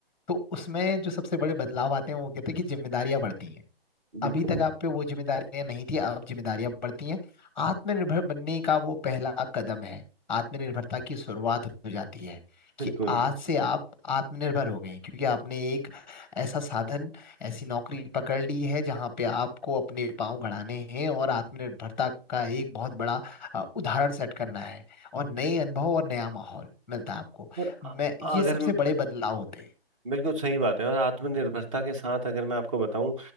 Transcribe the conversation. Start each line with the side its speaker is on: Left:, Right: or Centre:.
Centre: तो उसमें जो सबसे बड़े बदलाव आते हैं वो कहते हैं कि जिम्मेदारियां बढ़ती हैं अभी
Right: बिल्कुल
Centre: तक आप पे वो जिम्मेदारियां नहीं थी अब जिम्मेदारियां बढ़ती हैं आत्मनिर्भर बनने का वो पहला कदम है आत्मनिर्भरता की शुरुआत हो जाती है कि
Right: बिल्कुल
Centre: आज से आप आत्मनिर्भर हो गए हैं, क्योंकि आपने एक ऐसा साधन ऐसी नौकरी पकड़ ली है जहां पे आपको अपने पाँव गड़ाने हैं और आत्मनिर्भरता का एक बहुत बड़ा अ, उदाहरण सेट करना है और नए अनुभव और नया माहौल मिलता है आपको
Right: और
Centre: मैं
Right: अ-
Centre: ये
Right: अगर
Centre: सबसे बड़े बदलाव होते हैं
Right: बिल्कुल सही बात है और आत्मनिर्भरता के साथ अगर मैं आपको बताऊं